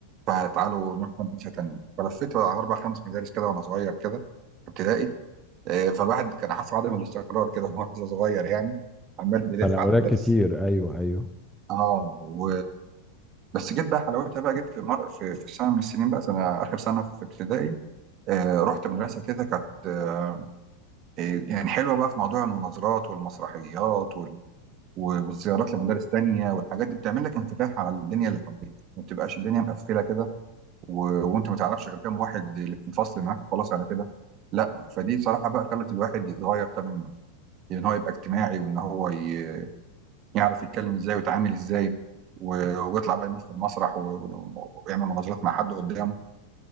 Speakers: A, on the right (about 35°); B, in the centre.
A: فتعالوا نروح مدرسة تانية فلفيت على أربع خمس مدارس كده وأنا صغير كده في ابتدائي آه، فالواحد كان حاسس بعدم الاستقرار كده وهو لسه صغير يعني عمال بيلف
B: تنقلات
A: على مدارس
B: كتير ايوه ايوه
A: اه و... بس جيت بقى حلاوتها بقى جيت في مر في, في سنة من السنين بقى سنة آخر سنة في ابتدائي آه، رحت مدرسة كده كانت آه، يعني حلوة بقى في موضوع المناظرات والمسرحيات وال- و- والزيارات لمدارس تانية والحاجات دي بتعمل لك انفتاح على الدنيا اللي حواليك ما بتبقاش الدنيا مقفلة كده و... وانت ما تعرفش غير كام واحد اللي في الفصل معاك خلاص على كده لا فدي صراحة بقى خلت الواحد يتغير تماما يعني ان هو يبقى اجتماعي وان هو ي... يعرف يتكلم ازاي ويتعامل ازاي و... ويطلع بقى يمثل مسرح و... ويعمل مناظرات مع حد قدامه